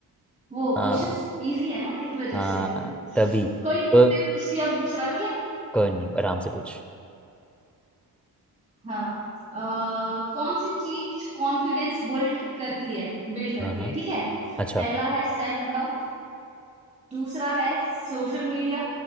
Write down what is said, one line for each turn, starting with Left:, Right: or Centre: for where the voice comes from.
Right: वो
Centre: हाँ
Right: क्वेश्चंस इजी है ना इस वजह
Centre: हाँ
Right: से ये
Centre: तभी
Right: कोई नहीं
Centre: तो
Right: मैं पूछती अब दूसरा ठीक है
Centre: कोई नहीं आराम से पूछ
Right: हाँ अ, कौन सी चीज कॉन्फिडेंस बिल्ड करती है बिल्ड करती
Centre: हाँ हाँ
Right: है ठीक है
Centre: अच्छा
Right: पहला है सेल्फ डाउट दूसरा है सोशल मीडिया